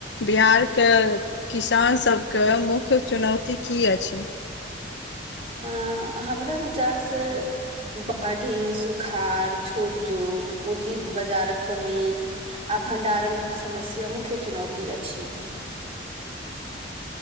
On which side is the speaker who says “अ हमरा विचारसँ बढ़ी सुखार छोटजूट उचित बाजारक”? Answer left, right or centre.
Right